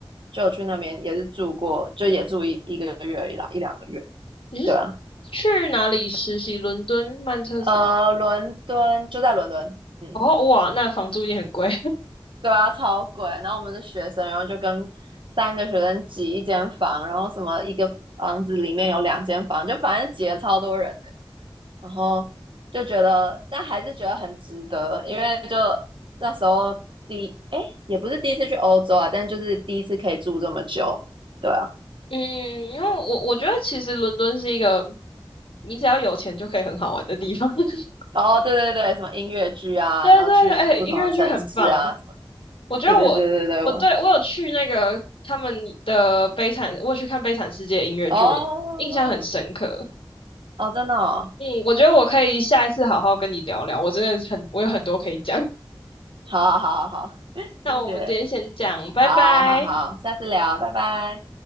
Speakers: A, on the right (about 65°); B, on the left (about 80°).
A: 就去那边也是住过，就也住一一个月而已啦，一两个月，
B: 你是
A: 对啊，
B: 去哪里实习？伦敦、曼彻斯特。
A: 呃，伦敦就在伦敦，嗯，
B: 哦，哇，那房租也很贵。
A: 对啊，超贵。然后我们是学生，然后就跟三个学生挤一间房，然后什么一个房子里面有两间房，就反正挤了超多人的。然后就觉得，但还是觉得很值得，因为就那时候第，哎，也不是第一次去欧洲啊，但就是第一次可以住这么久，对啊，
B: 嗯，因为我我觉得其实伦敦是一个你只要有钱就可以很好玩的地方。<laughs>
A: 哦，对对对，什么音乐剧啊，
B: 对对哎，
A: 然后去不同的城市啊，
B: 音乐剧很棒。
A: 什么，
B: 我觉得我我对我有去那个他们的《悲惨》，
A: 对对对对对，我，
B: 我有去看《悲惨世界》音乐剧，
A: 哦
B: 我印象很深刻。
A: 哦，真的哦，
B: 嗯，我觉得我可以下一次好好跟你聊聊，我真的很我有很多可以讲。
A: 好好好好好啊，
B: <laughs>
A: <laughs>
B: 那我们今天先讲，
A: 谢谢，
B: 拜拜。
A: 好啊好啊好啊，下次聊，拜拜。